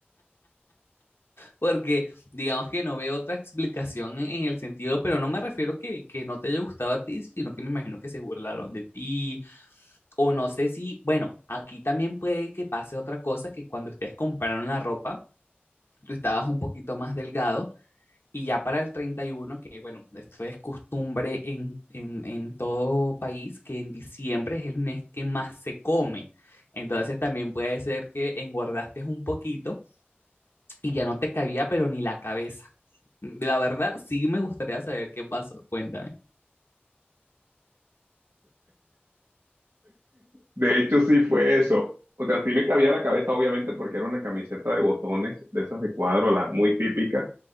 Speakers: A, on the left (about 75°); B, on the right (about 80°).
A: porque digamos que no veo otra explicación en, en el sentido, pero no me refiero que, que no te haya gustado a ti, sino que me imagino que se burlaron de ti. O no sé si, bueno, aquí también puede que pase otra cosa, que cuando ustedes compraron la ropa, tú estabas un poquito más delgado y ya para el 31 que bueno, esto es costumbre en, en, en todo país, que en diciembre es el mes que más se come. Entonces también puede ser que engordaste un poquito y ya no te cabía, pero ni la cabeza. La verdad, sí me gustaría saber qué pasó. Cuéntame.
B: De hecho, sí fue eso. O sea, sí me cabía la cabeza, obviamente, porque era una camiseta de botones, de esas de cuadro, la muy típica